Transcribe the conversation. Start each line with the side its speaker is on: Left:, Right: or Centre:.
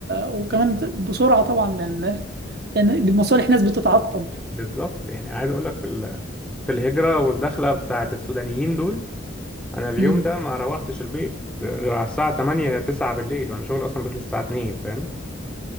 Right: وكمان بسرعة طبعا لأن لأن دي مصالح ناس بتتعطل
Centre: بالظبط يعني انا عايز اقول لك في ال... في الهجره والدخله بتاعت السودانيين دول انا اليوم
Right: امم
Centre: ده ما روحتش البيت غير على الساعه 8 9 بالليل وانا شغلي اصلا بيخلص الساعه 2 فاهم